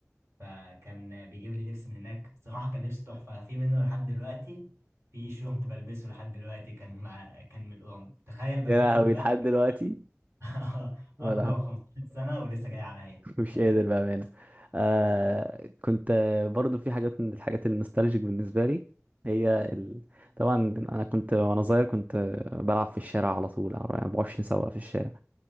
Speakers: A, on the right (about 60°); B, on the right (about 30°).
A: فكان بيجيب لي لبس من هناك بصراحة كان لبس تحفة في منه لحد دلوقتي في شورت بلبسه لحد دلوقتي كان مع كان من الأورنج تخيل بلبسه
B: يا لهوي
A: دلوقتي
B: لحد دلوقتي
A: <laughs>
B: ولا
A: أكبر من 15 سنة ولسه جاي عليا
B: <laughs> مش
A: <laughs>
B: قادر بأمانة آه كنت آه، برضو في حاجات من الحاجات النوستالجيك بالنسبة لي هي ال... طبعا أنا كنت وأنا صغير كنت آه، بلعب في الشارع على طول على 24 ساعة في الشارع